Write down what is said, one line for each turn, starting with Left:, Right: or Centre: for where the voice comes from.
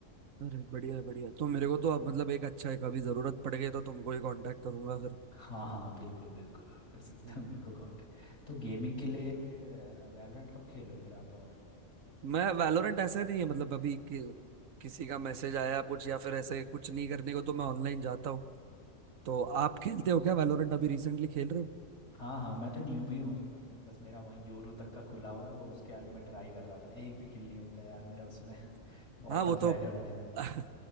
Right: अरे बढ़िया है, बढ़िया है। तो मेरे को तो अब मतलब एक अच्छा है कभी जरूरत पड़ गई तो तुमको ही कांटेक्ट करूंगा फिर
Left: हाँ हाँ बिल्कुल बिल्कुल आप कर सकते
Right: हम्म।
Left: हो मेरे को कांटेक्ट तो गेमिंग के लिए फिर वैलोरेंट कब खेलो फिर आप और
Right: मैं वैलोरेंट ऐसे नहीं है मतलब अभी कि, किसी का मैसेज आया कुछ या फिर ऐसे कुछ नहीं करने को तो मैं ऑनलाइन जाता हूँ तो आप खेलते हो क्या वैलोरेंट अभी रिसेंटली खेल रहे हो
Left: हाँ हाँ मैं तो न्यूबी हूँ उसमें बस मेरा वहीं योरू तक का खुला हुआ है वो उसके आगे मैं ट्राई कर रहा था एक भी किल नहीं होता है यार मेरा उसमें <laughs>
Right: <laughs>
Left: बॉटम
Right: हाँ वो
Left: फ्रैगर
Right: तो
Left: बने रहता
Right: <laughs>
Left: है मैं